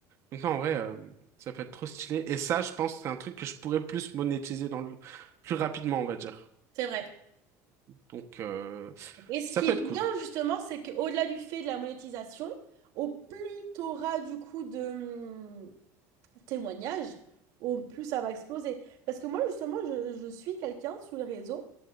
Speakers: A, on the right; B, on the right.
A: Donc non, en vrai, euh, ça peut être trop stylé. Et ça, je pense que c'est un truc que je pourrais plus monétiser dans le... plus rapidement, on va dire.
B: C'est vrai.
A: Donc, euh,
B: Et ce
A: ça
B: qui
A: peut
B: est
A: être
B: bien,
A: cool.
B: justement, c'est qu'au-delà du fait de la monétisation, au plus t'auras du coup de hum, témoignages, au plus ça va exploser. Parce que moi, justement, je, je suis quelqu'un sur les réseaux